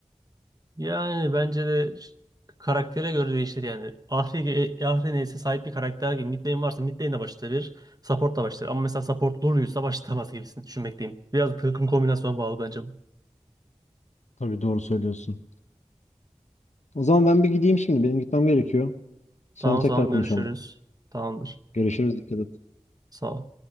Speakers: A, on the right; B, on the left.
A: Yani bence de ş- karaktere göre değişir yani. Ahri, ge- e, Ahri neyse sahip bir karakter gibi. Mid varsa mid lane de başlayabilir. Support da başlar. Ama mesela support Lulu'ysa <laughs> başlamaz gibisini düşünmekteyim. Biraz takım kombinasyona bağlı bence bu.
B: Tabii doğru söylüyorsun. O zaman ben bir gideyim şimdi. Benim gitmem gerekiyor. Sonra
A: Tamam
B: tekrar
A: o zaman
B: konuşalım.
A: görüşürüz. Tamamdır.
B: Görüşürüz. Dikkat et.
A: Sağ ol.